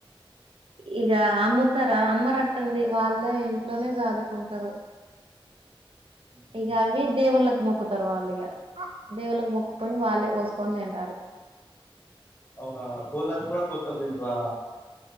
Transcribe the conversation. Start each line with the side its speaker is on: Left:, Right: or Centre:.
Right: ఇగ అమ్ముతార అమ్మరట్టుంది వాళ్ళ ఇంట్లోనే చాదుకుంటారు
Left: హుహు.
Right: ఇగ అవి దేవుల్లక్ మొక్కుతారు వాళ్ళు ఇగ దేవుళ్ళలకు మొక్కుకొని వాళ్ళే కోసుకొని తింటారు
Left: అవునా కోల్లని కూడా కోస్కోని తింట్రా